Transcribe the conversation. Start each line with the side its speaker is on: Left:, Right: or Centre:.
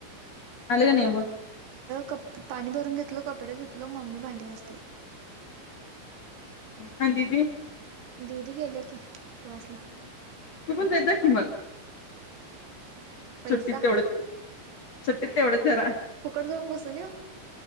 Left: झाल काय नइम
Right: कप पाणी भरून घेतलो कपडे धुतलो मम्मी भांडी घासली
Left: आणि दीदी
Right: दीदी गेल्या की क्लासला
Left: तू पण जाइत जा की मग
Right: पैसा
Left: सुट्टित तेवढच सुट्टीत तेवडच जरा
Right: फुकट जाउन बसुन येउ